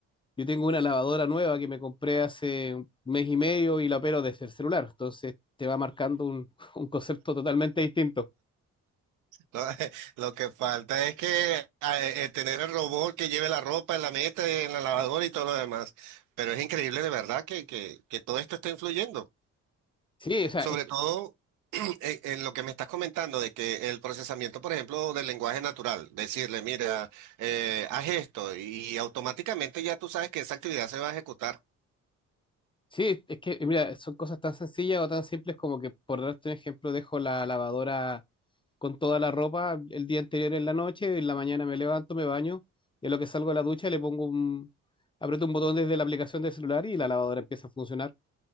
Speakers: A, on the left; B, on the right.
A: yo tengo una lavadora nueva que me compré hace un mes y medio y la opero desde el celular, entonces te va marcando un, <laughs> un concepto totalmente distinto.
B: Lo, <laughs> lo que falta es que a- eh, eh, tener el robot que lleve la ropa en la meta, en la lavadora y todo lo demás. Pero es increíble de verdad que, que, que todo esto está influyendo.
A: Sí, o sea,
B: Sobre
A: es,
B: todo <clears throat> en, en lo que me estás comentando de que el procesamiento, por ejemplo, del lenguaje natural, decirle, mira, eh, haz esto y automáticamente ya tú sabes que esa actividad se va a ejecutar.
A: sí, es que, mira, son cosas tan sencillas o tan simples como que, por darte un ejemplo, dejo la lavadora con toda la ropa el día anterior en la noche, en la mañana me levanto, me baño, y a lo que salgo de la ducha le pongo un, aprieto un botón desde la aplicación del celular y la lavadora empieza a funcionar.